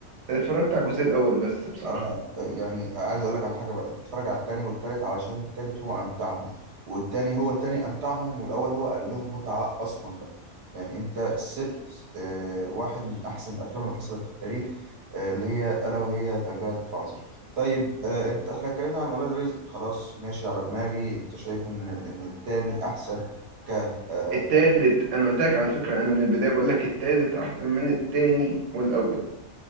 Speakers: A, on the right; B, on the right.
A: اتفرجت على الجزء الأول بس بصراحة
B: اه يعني عايز اقول لك على حاجه بقى انت تتفرج على التاني والتالت علشان التالت هو امتعهم والتاني هو تاني امتعهم والاول هو قال لهم متعه اصلا بقى يعني انت سبت آه واحد من احسن الافلام اللي حصلت في التاريخ آه اللي هي الا وهي ذا جاد فازر طيب آه انت احنا اتكلمنا عن ولاد رزق خلاص ماشي على دماغي انت شايف ان ان التاني احسن ك آه
A: التالت انا قلت لك على فكرة انا من البداية بقول لك التالت احسن من التاني والاول